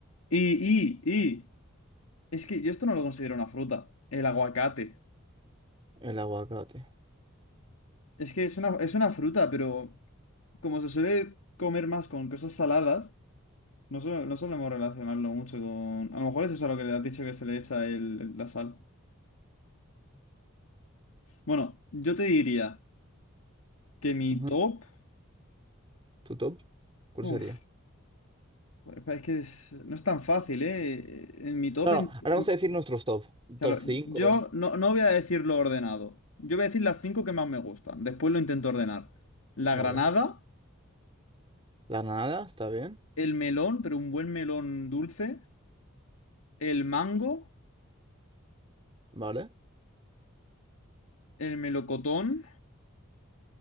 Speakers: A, on the left (about 75°); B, on the right (about 25°).
A: Y, y, y. Es que yo esto no lo considero una fruta. El aguacate.
B: El aguacate.
A: Es que es una, es una fruta, pero como se suele comer más con cosas saladas. No, suele- no solemos relacionarlo mucho con... A lo mejor es eso lo que le has dicho que se le echa el, el- la sal. Bueno, yo te diría que mi
B: Ajá.
A: top...
B: ¿Tu top? ¿Cuál
A: Uf,
B: sería?
A: es que es- no es tan fácil, ¿eh? En mi top...
B: Claro,
A: en-
B: ahora
A: en-
B: vamos a decir nuestros top.
A: Claro,
B: Top cinco.
A: yo no, no voy a decir lo ordenado. Yo voy a decir las cinco que más me gustan. Después lo intento ordenar. La
B: Vale.
A: granada,
B: La nada, está bien.
A: el melón, pero un buen melón dulce, el mango,
B: Vale.
A: el melocotón.